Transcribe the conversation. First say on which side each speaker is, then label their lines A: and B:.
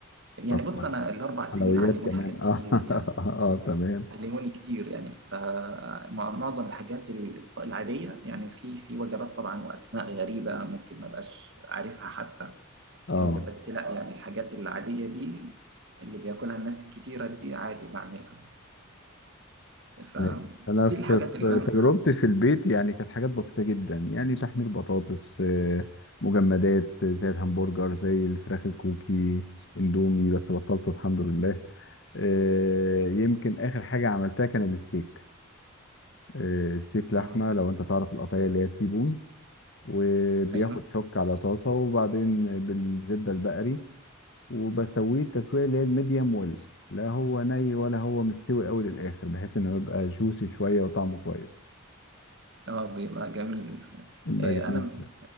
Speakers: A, on the right (about 55°); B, on the left (about 60°).
A: يعني
B: طب
A: بص
B: كويس
A: أنا الأربع سنين
B: حلويات
A: علموني
B: كمان
A: حاجات كتير
B: اه <laughs>
A: يعني
B: اه تمام
A: علموني كتير يعني فمعظم الحاجات ال- العادية يعني في في وجبات طبعا وأسماء غريبة ممكن ما بقاش عارفها حتى
B: اه
A: آه، بس لا يعني الحاجات العادية دي اللي بياكلها الناس الكتيرة دي عادي بعملها فدي
B: ماشي. انا في
A: الحاجات اللي
B: في
A: أنا
B: تجربتي في البيت يعني كانت حاجات بسيطه جدا يعني تحمير بطاطس آه، مجمدات آه، زي الهمبرجر زي الفراخ الكوكي اندومي بس بطلته الحمد لله آه، يمكن اخر حاجه عملتها كان الستيك آه، ستيك لحمه
A: آه
B: لو انت تعرف القطعيه اللي هي تيبون وبياخد
A: أيوه
B: شوك على طاسه وبعدين بالزبده البقري وبسويه التسويه اللي هي الميديم ويل لا هو ني ولا هو مستوي قوي للاخر بحيث انه يبقى جوسي شويه وطعمه كويس
A: آه بيبقى جميل ف- آه،
B: ده جميل
A: أنا ب-